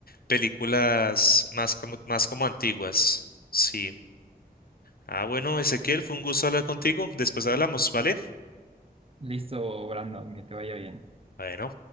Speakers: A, on the left (about 70°); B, on the right (about 35°).
A: películas más como, más como antiguas. Sí. Ah, bueno, Ezequiel, fue un gusto hablar contigo. Después hablamos, ¿vale?
B: Listo, Brandon, que te vaya bien.
A: Bueno.